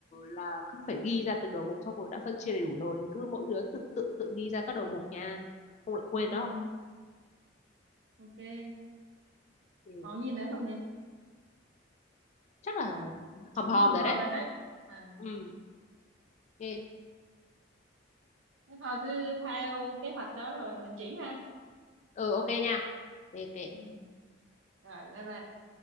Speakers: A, on the left; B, on the right.
A: là cứ phải ghi ra từng đầu mục xong rồi đã phân chia đầy đủ rồi thì cứ mỗi đứa tự tự tự ghi ra các đầu mục nha không lại quên
B: Ừm,
A: đó
B: ok
A: ừ.
B: còn gì nữa không nhỉ
A: chắc là
B: chắc
A: hòm
B: cũng
A: hòm
B: hòm
A: rồi
B: hòm
A: đấy
B: rồi đấy à
A: ừ ok
B: thế thôi cứ theo kế hoạch đó rồi mình triển ha
A: ừ ok nha ok ok
B: ừ rồi bye bye